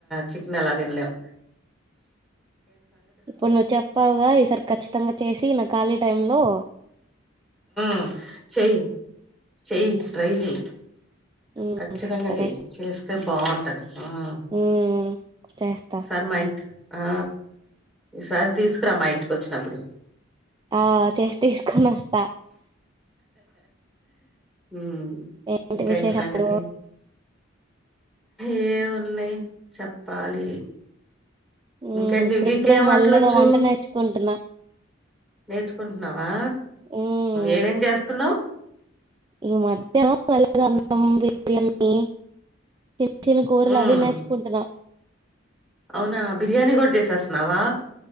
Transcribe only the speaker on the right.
ఇప్పుడు నువ్ చెప్పావుగా ఈసారి ఖచ్చితంగా చేసి నా ఖాళీ టైమ్లో
ఉమ్
తెస్తా
చే
ఉమ్ చేస్తా
ఆ చేసి తీస్కోనొస్తా.
ఏంటి
విశేషాలు
మ్
ఇప్పుడిప్పుడే
మెల్లగా వంట నేర్చుకుంటున్నా
ఉమ్
ఈ మధ్యా <inaudible> అన్నం బిర్యానీ చిన్న చిన్న కూరల్
అవి నేర్చుకుంటున్నా.